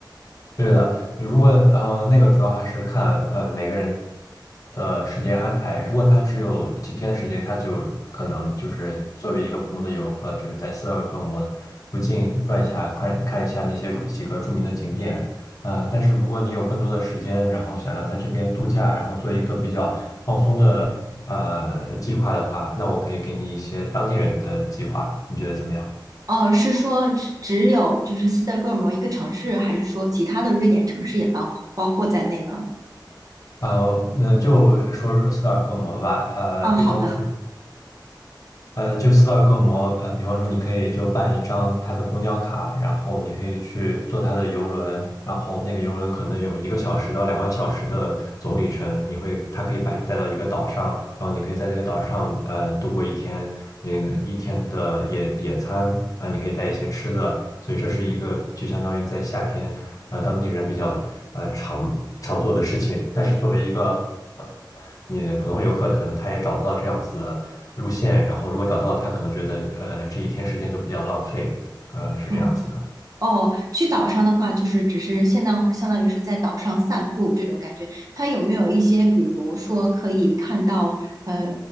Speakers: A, on the left; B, on the right.
A: 对的，如果呃那个主要还是看呃每个人的时间安排。如果他只有几天的时间，他就可能就是作为一个普通的游客，就是在斯德哥尔摩附近转一下，看看一下那些几个著名的景点。呃，但是如果你有更多的时间，然后想要在这边度假，然后做一个比较放松的呃计划的话，那我可以给你一些当地人的计划，你觉得怎么样？
B: 哦，是说只只有就是斯德哥尔摩一个城市，还是说其他的瑞典城市也包包括在内呢？
A: 呃，那就说斯德哥尔摩吧。呃，
B: 啊，
A: 比方说。
B: 好的。
A: 呃，就斯大哥摩，呃，比方说你可以就办一张他的公交卡，然后你可以去坐他的游轮，然后那个游轮可能有一个小时到两个小时的总里程，你会，他可以把你带到一个岛上，然后你可以在那个岛上呃度过一天，那个一天的野野餐啊，你可以带一些吃的，所以这是一个就相当于在夏天，呃，当地人比较呃常常做的事情，但是作为一个你普通游客可能他也找不到这样子的路线，然后如果找到，他可能觉得呃这一天时间就比较浪费，呃是这样子的。
B: 哦哦，去岛上的话，就是只是相当相当于是在岛上散步这种感觉。它有没有一些，比如说可以看到呃